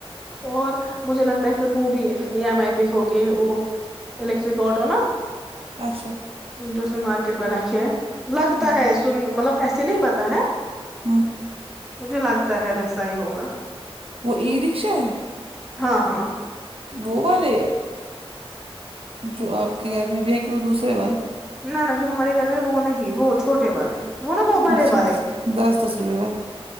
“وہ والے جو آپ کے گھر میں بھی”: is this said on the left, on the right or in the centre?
Right